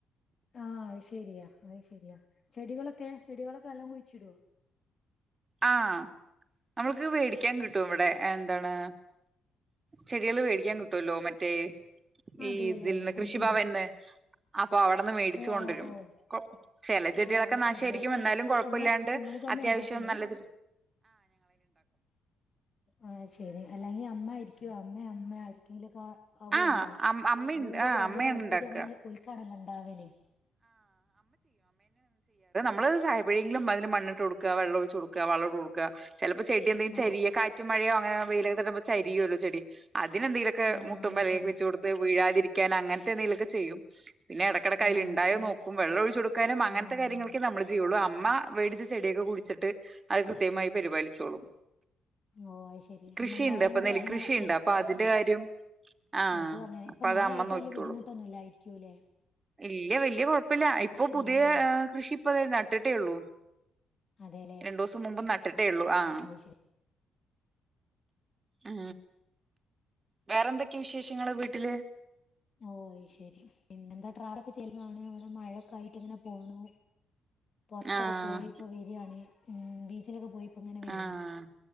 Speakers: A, on the left; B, on the right.
A: ആഹ് അയ്ശെരിയാ അയ് ശെരിയാ ചെടികളൊക്കെ ചെടികളൊക്കെ എല്ലാം കുഴിച്ചിടുവോ
B: ആഹ് നമ്മൾക്ക് വേടിക്കാൻ കിട്ടും ഇവിടെ എന്താണ് ചെടികള് വേടിക്കാൻ കിട്ടുവല്ലോ മറ്റേ
A: അതെല്ലേ
B: ഈ ഇതിൽന്ന്
A: അത്
B: കൃഷിഭവന്ന്
A: ശരി
B: അപ്പൊ അവിടെന്ന് മേടിച്ചു
A: ഓ
B: കൊണ്ടുവരും
A: ഓ ഓ
B: ചില ചെടികളൊക്കെ
A: ഓ അത്
B: നാശായിരിക്കും
A: ശരി അപ്പൊ
B: എന്നാലും കൊഴപ്പില്ലാണ്ട്
A: നിങ്ങള് നിങ്ങള് തന്നെ
B: അത്യാവശ്യം
A: ഉണ്ടാക്കല്
B: നല്ലത്
A: ആഹ് ശരി അല്ലെങ്കി അമ്മയാരിക്കു അമ്മേ അമ്മരിക്കെങ്കിലൊക്കാ ആവുല്ലോ
B: ആഹ് അം അമ്മയുണ്ട്
A: അതുകൊണ്ടൊക്കെ
B: ആഹ്
A: വലിയ
B: അമ്മയാണ്
A: താല്പര്യം
B: ഇണ്ടാക്ക
A: അങ്ങനെ ഓൽക്കാണല്ലോ ഉണ്ടാവല്
B: മ്മള് ചായപ്പഴെങ്കിലും അതിന് മണ്ണുട്ടൊടുക്ക വെള്ള ഒഴ്ച്ചൊട്ക്ക ക വളട്ടോടുക്കചിലപ്പോ ചെടി എന്തെങ്കും
A: ആഹ്
B: ചെറിയ കാറ്റ് മഴയോ അങ്ങനെ വെയിലൊക്കെ വന്നപ്പോ ചരിയല്ലോ ചെടി അതിനെന്തങ്കലുമൊക്കെ
A: ആഹ്
B: മുട്ടുംമ്മൽവെച്ച്
A: അത് ശരി
B: കൊടുത്ത് വീഴാതിരിക്കാൻ അങ്ങനത്തെ എന്തെങ്കിലുംക്കെ ചെയ്യും പിന്നെടക്കിടക്ക്
A: ഓ
B: അതിലുണ്ട
A: അത്
B: ണ്ടായോ
A: ശരി
B: നോക്കും വെള്ളോയ്ച്ചൊടുക്കാനും അങ്ങനത്തെ
A: ആഹ്
B: കാര്യങ്ങളൊക്കേ നമ്മ ചെയ്യുള്ളൂ അമ്മ മേടിച്ച ചെടിയൊക്കെ കുടിച്ചിട്ട് അത് കൃത്യമായി പരിപാലിച്ചോളും
A: ഓഹ് അത് ശെരി
B: കൃഷിണ്ട്
A: അന്നുണ്ടായോണ്ട്
B: അപ്പൊ നെൽക്കൃഷിയിണ്ട്
A: അങ്ങനെ ഓൽക്ക്ല്ലേ
B: അപ്പൊ അതിന്റെ കാര്യം ആഹ
A: അതും അങ്ങനെ
B: അപ്പൊ
A: ഇപ്പൊ മഴ
B: അമ്മ
A: ആയിട്ട്
B: നോക്ക്യോളൂ
A: വല്യ ബുദ്ധിമുട്ടൊന്നുംല്ലായിരിക്കൂല്ലേ
B: ഇല്ല വല്യ കുഴപ്പ ഇപ്പല്ല ഇപ്പൊ
A: നല്ലോ
B: പുതിയ കൃഷി ഇപ്പതാ നട്ടിട്ടേ ഉള്ളൂ
A: അതെല്ലേ
B: രണ്ടോസം മുമ്പ് ഏള്ളൂ ആഹ
A: അത് ശരി
B: ഉ വേറെന്തൊക്കെയ വിശേഷങ്ങള് വീട്ടില്
A: ഓയ് ശരി പിന്നെന്താ ട്രാഫ ഒക്കെ ചെല്ലുമ്പോ അവിടെ മഴൊക്കെ ആയിട്ട് ഇങ്ങനെ പോണു പൊർത്തൊക്കെ
B: ആഹ്
A: പോയിപ്പോ വരാണ് ഉ ബീച്ചിലൊക്കെ പോയി അപ്പ ഇങ്ങനെ വരിയാ
B: ആഹ്